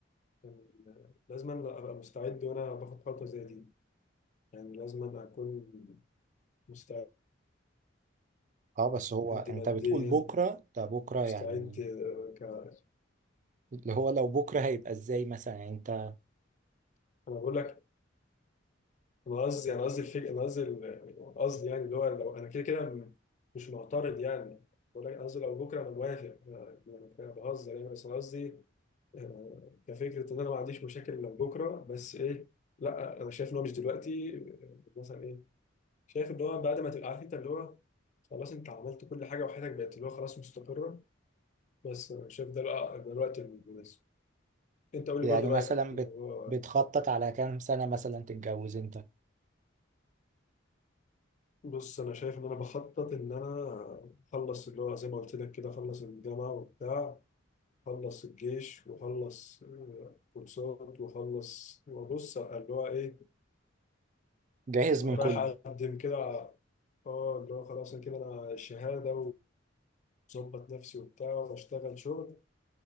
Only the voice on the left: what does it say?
إن لازم أنا ابقى مستعد وانا باخد خطوه زي دي يعني لازم أنا اكون مستعد
ماديا
مستعد آه، ك... انا
بقول لك انا قصدي انا قصدي الفكره انا قصدي ال- قصدي يعني اللي هو لو انا كده كده م- مش معترض يعني بقول لك قصدي لو بكره انا موافق انا يعني أنا بهزر يعني بس انا قصدي آه، كفكره ان انا ما عنديش مشاكل لو بكره بس ايه لا انا شايف ان هو مش دلوقتي آه، مثلا ايه شايف ان هو بعد ما تبقى عارف انت اللي هو خلاص انت عملت كل حاجه وحياتك بقت اللي هو خلاص مستقره بس آه، شايف ده لا- ده الوقت المناسب انت قول لي
برضه رايك
في الموضوع
بص انا شايف ان انا بخطط ان انا اخلص اللي هو زي ما قلت لك كده اخلص الجامعه وبتاع اخلص الجيش واخلص آه، كورسات واخلص وابص اللي هو ايه
رايح
اقدم كده اه اللي هو خلاص انا كده انا شهاده وظبط نفسي وبتاع واشتغل شغل